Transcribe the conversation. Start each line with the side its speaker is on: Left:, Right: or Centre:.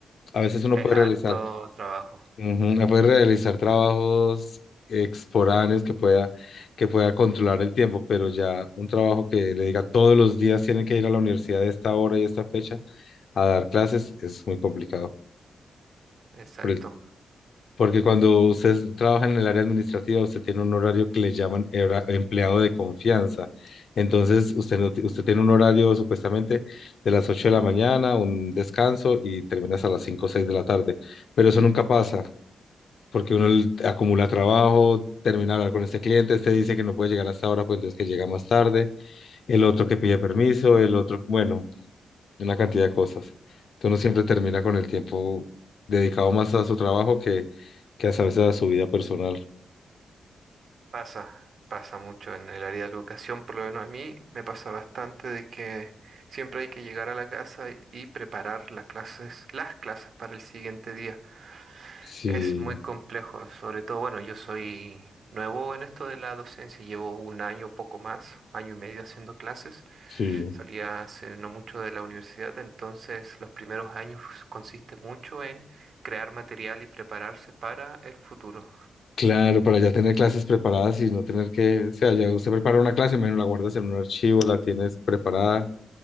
Left: A veces uno
Right: Es
Left: puede
Right: harto
Left: realizar,
Right: trabajo.
Left: ujú, puede realizar trabajos exporáneos que pueda, que pueda controlar el tiempo, pero ya un trabajo que le diga todos los días tienen que ir a la universidad a esta hora y esta fecha a dar clases es muy complicado.
Right: Exacto.
Left: por el Porque cuando usted trabaja en el área administrativa, usted tiene un horario que le llaman era- empleado de confianza. Entonces, usted, no ti- usted tiene un horario supuestamente de las 8 de la mañana, un descanso y terminas a las 5 o 6 de la tarde. Pero eso nunca pasa, porque uno l- acumula trabajo, termina de hablar con este cliente, este dice que no puede llegar hasta ahora, pues entonces que llega más tarde, el otro que pide permiso, el otro, bueno, una cantidad de cosas. Entonces uno siempre termina con el tiempo dedicado más a su trabajo que, que a veces a su vida personal.
Right: Pasa, pasa mucho en el área de la educación, por lo menos a mí me pasa bastante de que siempre hay que llegar a la casa y, y preparar las clases, las clases para el siguiente día.
Left: Sí,
Right: Es muy complejo, sobre todo, bueno, yo soy nuevo en esto de la docencia, llevo un año, poco más, año y medio haciendo clases.
Left: sí.
Right: Salía hace no mucho de la universidad, entonces los primeros años consiste mucho en crear material y prepararse para el futuro.
Left: Claro, para ya tener clases preparadas y no tener que, o sea, ya usted prepara una clase, imagino la guardas en un archivo, la tienes preparada